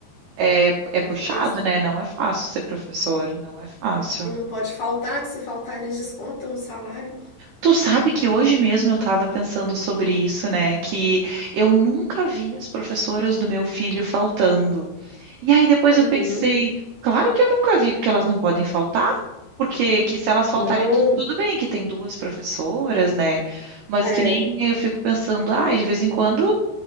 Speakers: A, on the right; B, on the left.
A: é, é
B: é,
A: puxado,
B: aí,
A: né? Não é fácil ser professor, não é fácil.
B: e não pode faltar, que se faltar eles descontam no salário.
A: Tu sabe que hoje mesmo eu estava pensando sobre isso, né? Que eu nunca vi as professoras do meu filho faltando. E aí depois
B: Uhum.
A: eu pensei, claro que eu nunca vi, porque elas não podem faltar. Porque que se elas faltarem,
B: Não,
A: tu- tudo bem que tem duas professoras, né? Mas
B: é.
A: que nem eu fico pensando, ai, de vez em quando